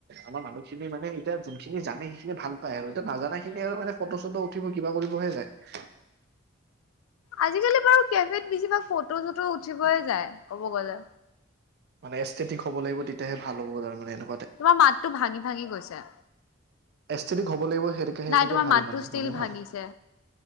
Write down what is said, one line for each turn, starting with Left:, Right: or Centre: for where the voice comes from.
Right: আমাৰ মানুহখিনি মানে এতিয়া যোনখিনি জানে সেইখিনি ভাল পায় আৰু এতিয়া নাজানা খিনি আৰু মানে ফটো চটো উঠিব কিবা কৰিবহে যায়।
Left: আজিকালি বাৰু কিয় বেছিভাগ ফটো চটো উঠিবয়ে যায় ক'ব গ'লে।
Right: মানে এষ্ঠেটিক হ'ব লাগিব তেতিয়াহে ভাল হ'ব তাৰমানেনো।
Left: তোমাৰ মাতটো ভাঙি ভাঙি গৈছে।
Right: এষ্ঠেটিক হ'ব লাগিব সেইটোকে সেনেকে
Left: নাই তোমাৰ
Right: ভাল
Left: মাতটো
Right: মানে
Left: ষ্টিল
Right: মানুহে
Left: ভাঙিছে
Right: ভাবে